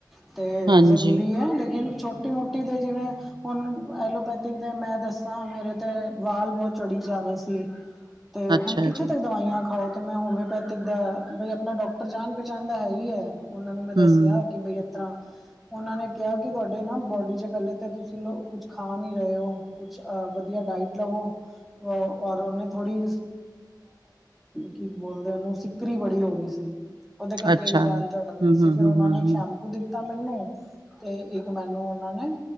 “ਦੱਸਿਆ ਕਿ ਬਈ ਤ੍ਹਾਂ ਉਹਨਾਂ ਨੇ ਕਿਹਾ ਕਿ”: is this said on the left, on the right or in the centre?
Centre